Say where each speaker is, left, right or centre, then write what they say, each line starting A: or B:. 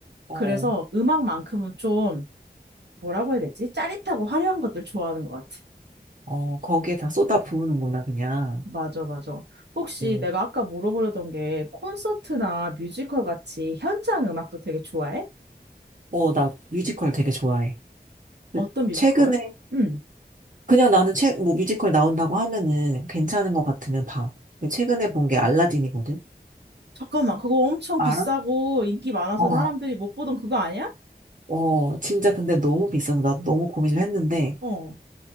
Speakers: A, on the right (about 50°); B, on the right (about 85°).
A: 어.
B: 그래서 음악만큼은 좀 뭐라고 해야 되지? 짜릿하고 화려한 것들 좋아하는 것 같아.
A: 어, 거기에 다 쏟아 부으는구나, 그냥.
B: 맞아, 맞아. 혹시
A: 네.
B: 내가 아까 물어보려던 게 콘서트나 뮤지컬 같이 현장 음악도 되게 좋아해?
A: 어, 나 뮤지컬 되게 좋아해. 그
B: 어떤 뮤지컬?
A: 최근에,
B: 응.
A: 그냥 나는 책, 뭐 뮤지컬 나온다고 하면은 괜찮은 것 같으면 봐. 근데 최근에 본 게 알라딘이거든?
B: 잠깐만, 그거 엄청
A: 알아?
B: 비싸고 인기 많아서
A: 어,
B: 사람들이 못 보던 그거 아니야?
A: 어, 진짜 근데 너무 비싸서 나 너무 고민을 했는데
B: 어.